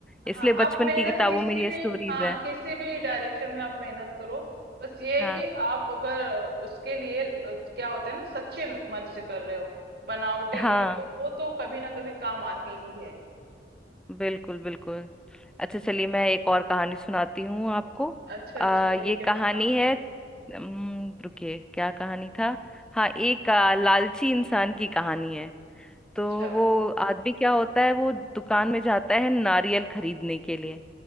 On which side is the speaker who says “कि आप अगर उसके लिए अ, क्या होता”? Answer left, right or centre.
Right